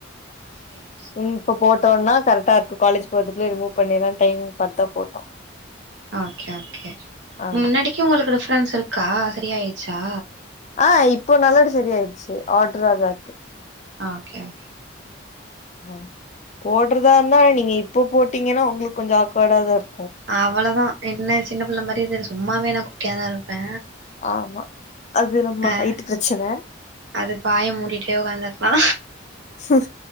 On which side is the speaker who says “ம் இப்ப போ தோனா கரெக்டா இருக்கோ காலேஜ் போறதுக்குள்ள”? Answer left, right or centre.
Left